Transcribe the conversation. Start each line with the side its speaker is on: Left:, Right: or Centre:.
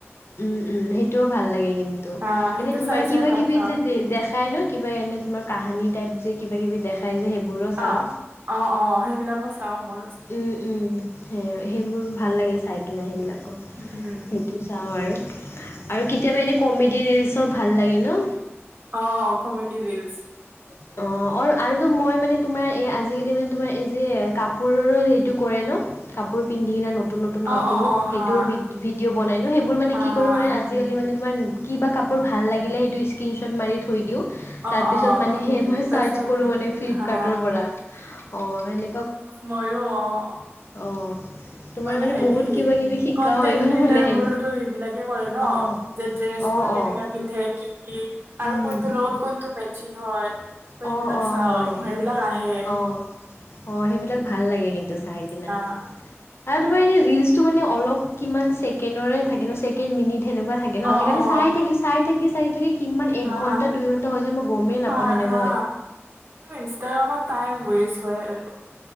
Left: উম উম সেইটোও ভাল লাগে কিন্তু
Right: আহ সেইটো
Left: এনেই তোমাৰ
Right: চাই চাই
Left: কিবা
Right: ভাত
Left: কিবি
Right: খাওঁ।
Left: যে দেখাই ন কিবা এনে তোমাৰ কাহানী টাইপ যে কিবা কিবি দেখাই যে সেইবোৰো চাও।
Right: আহ অ', অ' সেইবিলাক চাও মই।
Left: উম উম। সে-সেইবোৰ ভাল লাগে চাই কিনে সেইবিলাকো।
Right: হুম।
Left: সেইটো চাওঁ আৰু, আৰু কেতিয়াবা এনে কমেডি ৰিলচৰ ভাল লাগে ন।
Right: অ' কমেডি ৰিলচ।
Left: অ', অ', আৰু মই মানে, তোমাৰ এই আজিকালি মান তোমাৰ এই যে কাপোৰৰো এইটো কৰে ন কাপোৰ পিন্ধি কিনা নতুন নতুন কাপোৰ
Right: অ', অ', অ',
Left: সেইটো
Right: হা,
Left: ভিডিঅ' বনাইনো সেইবোৰ মানে
Right: হা,
Left: কি
Right: হা,
Left: কৰো মান আজিকালি মানে তোমাৰ কি বা কাপোৰ ভাল লাগিলে সেইটো স্কণশ্বট মাৰি থৈ দিওঁ। তাৰ
Right: অ',
Left: পিছত
Right: অ'।
Left: মানে, সেই মই
Right: তাৰপিছত
Left: চাৰ্চ কৰো মানে ফ্লিপকাৰ্টৰ
Right: হা,
Left: পৰা অ সেনে
Right: ময়ো অ',
Left: অ তোমাৰ
Right: মানে হেৰি
Left: বহুত কিবা কিবি শিকা
Right: কনটেন্ট
Left: হৈ গ'ল
Right: ক্ৰিয়েটাৰ
Left: মানে সেই
Right: বোৰতো এইবিলাকে কৰে ন'।
Left: অ',
Right: যে ড্ৰেছ
Left: অ',
Right: বোৰ কেনেকা
Left: অ',
Right: পিন্ধে কি কি আৰু
Left: উম,
Right: কোনটো লগত কোনটো মেচিং হয়। তই
Left: অ',
Right: এইবিলাক
Left: অ',
Right: চাও
Left: হয়,
Right: এইবিলাক আহে।
Left: অ', অ', সেইবিলাক ভাল লাগে কিন্তু চাই কিনে।
Right: হা
Left: আৰু তোমাৰ এনে ৰিলচটো মানে অলপ কিমান ছেকেডৰে থে ন' চছেকেড মিনিট সনেকুৱা থাকে ন'
Right: অ
Left: সেইকাৰণে
Right: অ
Left: চাই থাকি চাই থাকি চাই থাকি কিমান
Right: হা
Left: এক ঘণ্টা দুই ঘণ্টা হৈ যায় মই গমেই
Right: পা
Left: নাপাওঁ সেনেক
Right: হা ইনষ্টাগ্ৰামত টাইম ৱেষ্ট হয় আৰু